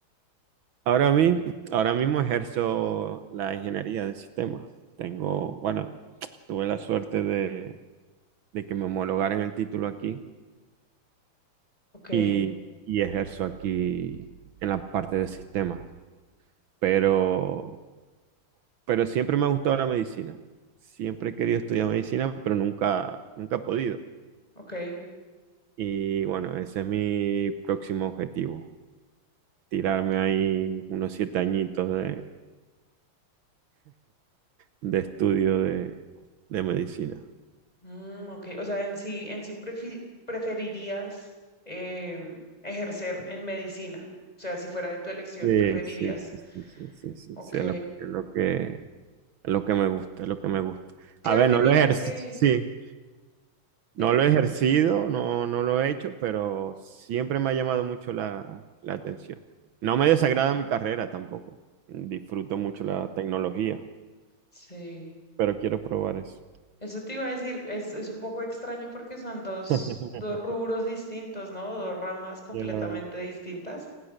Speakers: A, on the right (about 70°); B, on the left (about 15°).
A: Ahora mi- ahora mismo ejerzo la ingeniería de sistemas. Tengo, bueno, tuve la suerte de, de que me homologaran el título aquí
B: ok,
A: y, y ejerzo aquí en la parte de sistemas. Pero, pero siempre me ha gustado la medicina. Siempre
B: Mm,
A: he querido estudiar medicina, pero nunca, nunca he podido.
B: ok,
A: Y bueno, ese es mi próximo objetivo, tirarme
B: ok.
A: ahí unos siete añitos de, de estudio de de medicina.
B: Mm, ok. O sea, en sí, en sí prefi- preferirías em, ejercer en medicina. O sea, si fuera de tu elección,
A: Sí,
B: preferirías.
A: sí, sí, sí, sí, sí, sí,
B: Ok.
A: sí, es lo que, es lo que, es lo que me gusta, es lo que me gusta.
B: Claro
A: A ver,
B: que
A: no
B: mira
A: lo ejer-
B: que,
A: sí,
B: dime.
A: no lo he ejercido, no, no lo he hecho, pero siempre me ha llamado mucho la, la atención. No me
B: mm.
A: desagrada mi carrera tampoco. Disfruto
B: Okay,
A: mucho la tecnología,
B: sí.
A: pero quiero probar eso.
B: Eso te iba a decir, es, es un poco extraño porque son dos,
A: <laughs>
B: dos rubros distintos, ¿no? Dos ramas completamente
A: Ya, ya,
B: distintas,